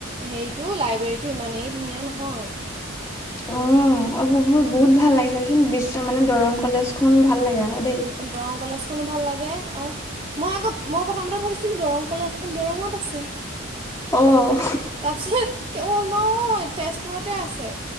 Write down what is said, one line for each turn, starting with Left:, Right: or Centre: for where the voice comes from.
Right: হেৰিটো লাইব্ৰেৰীটো ইমানেই ধুনীয়া নহয়।
Left: উম, বহুত-বহুত
Right: পুথি
Left: ভাল লাগে চাবিচোন বিশ্ব মানে দৰং কলেজখন ভাল লাগে আকৌ দেই।
Right: দৰং কলেজখনো ভাল লাগে আও মই আকৌ মই প্ৰথমতে ভাবিছিলোঁ দৰং কলেজখন দৰঙত আছে।
Left: অ
Right: তাৰপিছেত অ নহয় তেজপুৰতে আছে